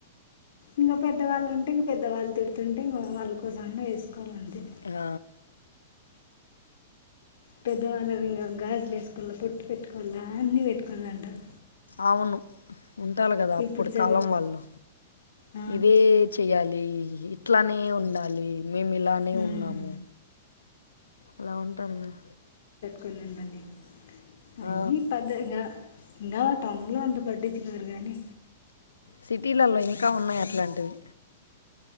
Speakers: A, on the left (about 65°); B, on the left (about 80°).
A: ఇంకా పెద్దవాళ్ళు ఉంటే ఇంక పెద్దవాళ్ళు తిడ్ తుంటేం వాళ్ళ కోసన్న వేసుకోవాలింతే
B: ఆ,
A: పెద్దవాళ్ళు వింగా గాజులు వేసుకోవాల బోట్టు పెట్టుకోవాలా అన్ని పెట్టుకోవాల అంటారు
B: ఔను ఉంటాలి కదా అప్పుడు
A: ఇప్పుడు చదువు
B: కాలం వాళ్ళు
A: ఆ,
B: ఇదే చెయాలి ఇట్లానే ఉండాలి మేము ఇలానే
A: ఉమ్,
B: ఉన్నాము.... అలా ఉంటారు కదా
A: కొని ఉండాలి అన్ని
B: ఆ,
A: పద్దంగా ఇంకావా టౌన్ లో అంత పడ్డిచు కోరు గాని.
B: సిటీలలో ఇంకా ఉన్నాయి అట్లాంటివి